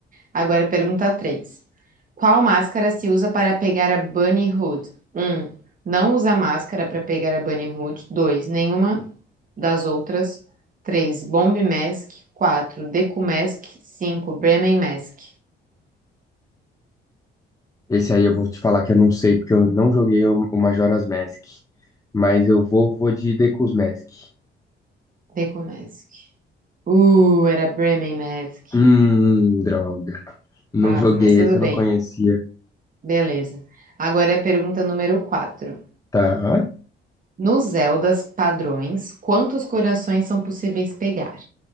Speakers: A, on the right (about 45°); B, on the left (about 15°).
A: Agora pergunta 3: Qual máscara se usa para pegar a Bunny Hood? Um, não usa máscara para pegar a Bunny Hood. 2, Nenhuma das outras. 3, Bomb Mask. 4, Deku Mask. 5, Bremen Mask.
B: Esse aí eu vou te falar que eu não sei, porque eu não joguei o o Majora's Mask. Mas eu vou, vou de Deku's Mask.
A: Deku Mask. Uh, era Bremen Mask.
B: Hum, droga. Não
A: Quase,
B: joguei
A: mas tudo
B: esse, eu
A: bem.
B: não conhecia.
A: Beleza. Agora é a pergunta número 4.
B: Tá.
A: Nos Zeldas padrões, quantos corações são possíveis pegar?